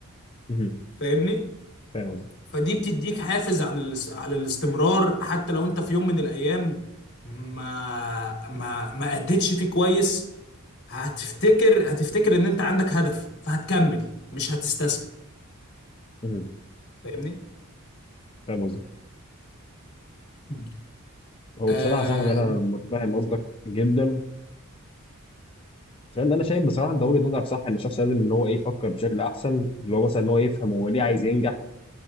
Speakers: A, on the left; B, on the left.
A: مم.
B: فاهمني
A: فاهم قصدك
B: فدي بتديك حافز عن الاس- على الاستمرار حتى لو انت في يوم من الايام ما ما ما اديتش فيه كويس هتفتكر هتفتكر ان انت عندك هدف فهتكمل مش هتستسلم
A: مم.
B: فاهمني
A: فاهم قصدك
B: مم.
A: هو
B: اه
A: بصراحه يا صاحبي انا متفاهم قصدك جدا عشان انا شايف بصراحه انت وجهه نظرك صح ان الشخص لازم ان هو ايه يفكر بشكل احسن اللي هو مثلا ان هو يفهم هو ليه عايز ينجح